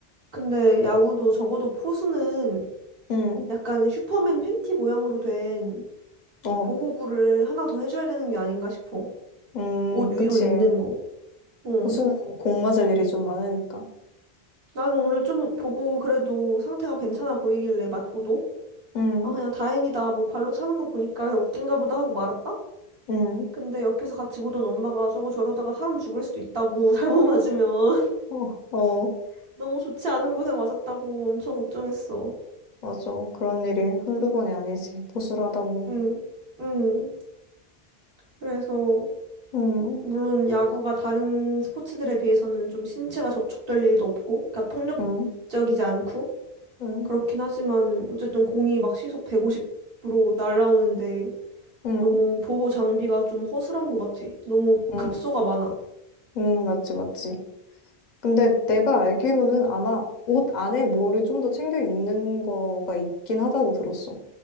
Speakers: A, on the right (about 60°); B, on the left (about 50°).
A: 근데 야구도 적어도 포수는
B: 음,
A: 약간 슈퍼맨 팬티 모양으로 된
B: 어,
A: 보호구를 하나 더 해줘야 되는 게 아닌가 싶어.
B: 음,
A: 옷
B: 그치.
A: 위로 입는 거. 어.
B: 고수는 공 맞을 일이 좀 많으니까.
A: 나는 오늘 좀 보고 그래도 상태가 괜찮아 보이길래 맞고도
B: 음,
A: 아 그냥 다행이다 뭐 발로 차는 거 보니까 그냥 웃긴가 보다 하고 말았다.
B: 음,
A: 근데 옆에서 같이 보던 엄마가 저거 저러다가 사람 죽을 수도 있다고 <laughs> 잘못 맞으면
B: 어, 어,
A: <laughs> 너무 좋지 않은 곳에 맞았다고 엄청 걱정했어.
B: 맞아. 그런 일이 한두 번이 아니지. 보수를 하다 보면.
A: 응, 응. 그래서
B: 음,
A: 물론 야구가 다른 스포츠들에 비해서는 좀 신체가 접촉될 일도 없고, 그러니까 폭력적이지
B: 음,
A: 않고
B: 음,
A: 그렇긴 하지만 어쨌든 공이 막 시속 150으로 날아오는데
B: 음,
A: 너무 보호 장비가 좀 허술한 것 같아. 너무
B: 음,
A: 급소가 많아.
B: 음, 맞지, 맞지. 근데 내가 알기로는 아마 옷 안에 뭐를 좀 더 챙겨 입는 거가 있긴 하다고 들었어.